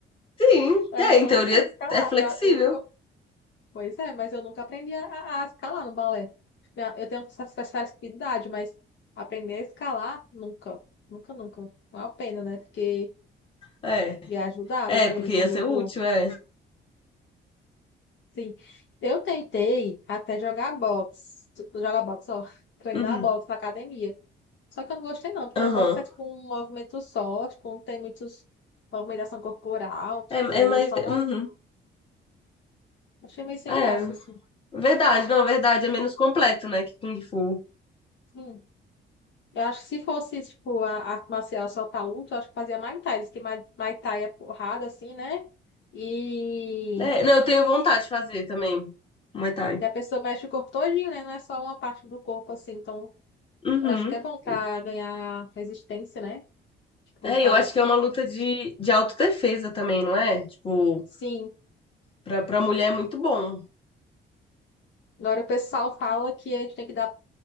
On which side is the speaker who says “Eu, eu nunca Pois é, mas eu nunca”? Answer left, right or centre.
Left